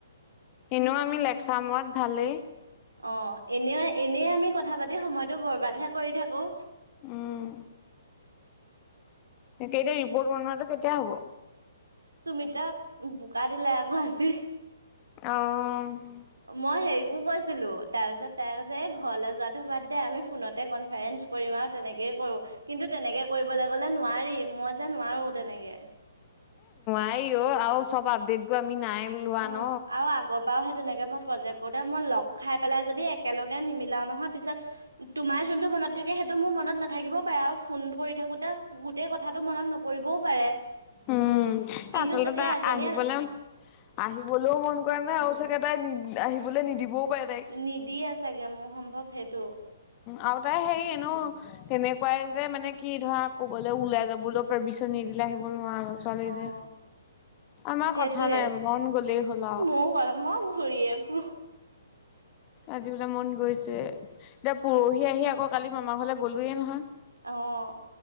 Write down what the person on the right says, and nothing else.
অ' এনেও এনে আমি কথা পাতি সময়টো বৰবাদহে কৰি থাকোঁ।
সুমিতাক, বোকা দিলে আকৌ আজি।
মই হেৰিকো কৈছিলোঁ তাৰ পিছত তাই কৈছে এ ঘৰলে যোৱাতো বাদ দে আমি ফোনত কনফাৰেন্স কৰিম আৰু তেনেকেই কৰোঁ কিন্তু তেনেকে কৰিবলে গ'লে নোৱাৰি। মই যে নোৱাৰোঁ তেনেকে।
অ'
আৰু আগৰ পৰাও সেই তেনেকে মই প্ৰজেক্ট কৰোতে মই লক খাই পেলাই যদি একেলগে নিমিলাও নহয় পিছত তোমাৰ যোনটো মনত থাকে সেইটো মোৰ মনত নাথাকিব পাৰে <unintelligible> ফোন কৰি থাকোতে গোটেই কথাটো মনত নপৰিবও পাৰে।
কিন্তু
যেতিয়া এজনীয়ে
নিদিয়ে চাগে মোৰ সম্ভৱ সেইটো।
অ',
সেইটোৱে
ময়ো কৰা মই ঘূৰিয়ে ফুৰো
অ'।